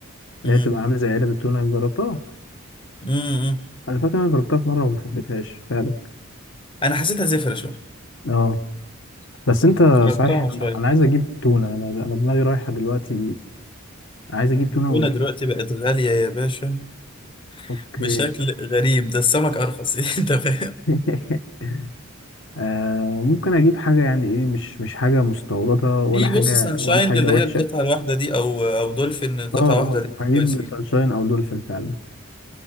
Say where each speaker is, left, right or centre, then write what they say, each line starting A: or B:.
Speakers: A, on the left; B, on the left.
A: اللي
B: امم
A: هي بتبقى عاملة زي علب التونة جربتها
B: امم
A: انا فاكر انا جربتها في مرة وما حبيتهاش فعلا
B: انا حسيتها زفرة شوية
A: اه بس انت
B: جربتها
A: صحيح
B: شوية
A: انا أنا عايز اجيب تونة انا انا دماغي رايحة دلوقتي عايز اجيب تونة
B: التونة
A: وال...
B: دلوقتي بقت غالية يا باشا
A: اوكي
B: بشكل غريب ده السمك ارخص <laughs> انت فاهم
A: <laughs> آه ممكن اجيب حاجة يعني ايه مش مش حاجة مستوردة ولا
B: في
A: حاجة
B: بص سانشاين
A: ولا حاجة
B: اللي
A: وحشة
B: هي القطعه الواحده دي او او دولفين قطعه
A: اه اه
B: واحده الاتنين
A: هجيب
B: كويسين
A: سانشاين او دولفين فعلا